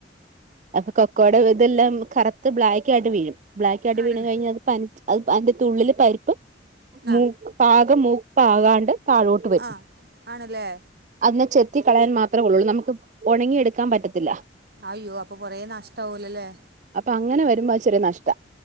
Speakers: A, on the right; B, on the right.
A: അപ്പൊ കൊക്കയുടെ ഇതെല്ലാം കറു ത് ബ്ലാക്ക് ആയിട്ട് വീഴും ബ്ലാക്കായിട്ട്
B: ആണല്ലേ
A: വീണു കഴിഞ്ഞ അത് പനി അത് അതിന്റെള്ളിലെ പരിപ്പ്
B: ആ
A: മൂക് പാ <unintelligible> മൂപ്പാകാണ്ട് താഴോട്ട് വരും
B: ആ ആണല്ലേ
A: അതിനെ ചെത്തികളയാൻ മാ <unintelligible> ത്രേള്ളുള്ളു നമുക്ക് ഒണങ്ങിയെടുക്കാൻ പറ്റത്തില്ല
B: അയ്യോ അപ്പൊ കുറെ നഷ്ടമാവൂല്ലല്ലോ ല്ലേ?
A: പ്പോ അങ്ങനെ വരുമ്പോ ച്ചിരി നഷ്ടാ